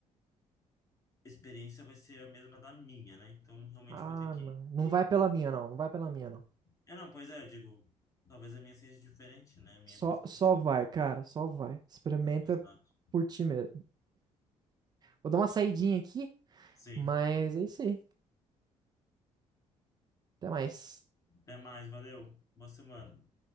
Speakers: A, on the left; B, on the right.
A: experiência vai ser a mesma da minha, né? Então, realmente
B: Ah,
A: eu vou ter que
B: não. Não
A: ir.
B: vai pela
A: pra-
B: minha, não. Não vai pela minha, não.
A: É, não, pois é, eu digo, talvez a minha seja diferente, né? A minha
B: Só,
A: perspectiva.
B: só vai, cara. Só vai. Experimenta
A: Exato.
B: por ti mesmo. Vou dar uma saidinha aqui,
A: Sim.
B: mas é isso aí. Até mais.
A: Até mais, valeu. Boa semana.